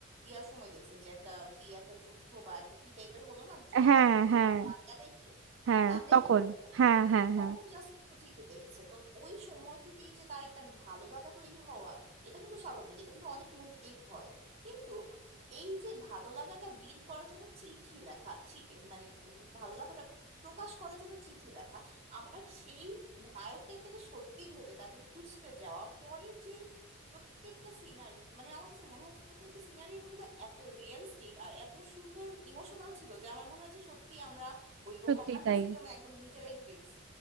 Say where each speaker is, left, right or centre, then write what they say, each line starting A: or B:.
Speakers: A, on the right; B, on the right.
A: ইয়ার সময় দেখছে যে একটা কি একটা যুদ্ধ বা একটা কি টাইপের হলো না জ-
B: হ্যাঁ
A: উম, কি
B: হ্যাঁ
A: বলে দাঙ্গা টাইপের
B: হ্যাঁ
A: দাঙ্গাই
B: তখন
A: তো মনে হয়
B: হ্যাঁ হ্যাঁ
A: তখন
B: হ্যাঁ
A: জাস্ট হচ্ছে একটু দেখেছে তো ওই সময় থেকেই যে তার একটা ভালো লাগা তৈরি হওয়া এটা কিন্তু স্বাভাবিক এটা কিন্তু অনেক মুভিতেই হয় কিন্তু এই যে ভালো লাগাটা বিল্ড করার জন্য চিঠি লেখা চি- মানে উম, ভালো লাগাটা প্রকাশ করার জন্য চিঠি লেখা আবার সেই নায়কটাই তাকে সত্যি ভেবে তাকে খুঁজতে যাওয়া পরের যে প্রত্যেকটা সিনারিও মানে আমার কাছে মনে হচ্ছে প্রত্যেকটা সিনারিও গুলো এত রিয়েলিস্টিক আর এত সুন্দর ইমোশনাল ছিল যে আমার মনে হয় যে সত্যি আমরা ওই
B: সত্যি
A: রোমান্টিসিজমে
B: তাই
A: একদম নিজেরাই ঢুকে গেছি